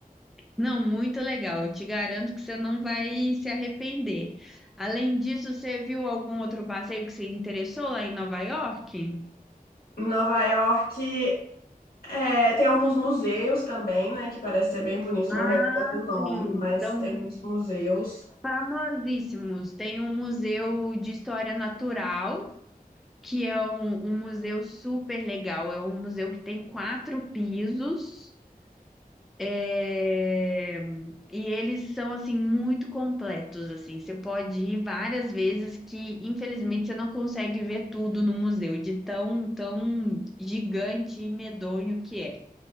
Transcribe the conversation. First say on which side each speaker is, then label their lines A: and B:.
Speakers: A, in the centre; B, on the left.
A: Não, muito legal. Eu te garanto que você não vai se arrepender. Além disso, você viu algum outro passeio que se interessou lá em Nova York?
B: Em Nova York, é, tem alguns museus também, né, que parece ser bem bonito,
A: Ah,
B: não recordo o nome,
A: sim.
B: mas
A: São
B: tem muitos museus.
A: famosíssimos. Tem um museu de história natural que é um, um museu super legal. É um museu que tem quatro pisos. é, E eles são assim muito completos assim. Você pode ir várias vezes que infelizmente você não consegue ver tudo no museu de tão tão gigante e medonho que é.